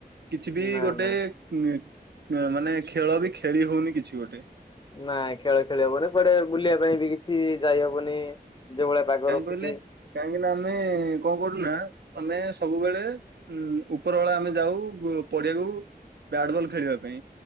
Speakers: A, on the right; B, on the left.
A: କିଛି
B: ନା
A: ବି ଗୋଟେ
B: ନା
A: ଉ ଉ ମାନେ ଖେଳ ବି ଖେଳି ହଉନି କିଛି ଗୋଟେ।
B: ନାଇ ଖେଳ ଖେଳି ହବନି କୁଆଡେ ବୁଲିବା ପାଇଁ ବି କିଛି ଯାଇ ହବନି। ଯୋଉ ଭଳିଆ ପାଗ
A: କାହିଁ
B: ରଖୁଛି
A: କହିଲେ କାହିଁକିନା ଆମେ କଣ କରୁନା ଆମେ ସବୁବେଳେ ଉଁ ଉପର ବେଳା ଆମେ ଯାଉ ପଡିଆକୁ ବ୍ୟାଟବଲ୍ ଖେଳିବା ପାଇଁ।